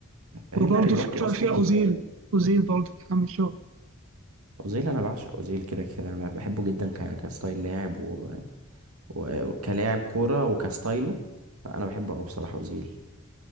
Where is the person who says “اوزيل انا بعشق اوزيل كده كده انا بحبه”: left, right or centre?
Right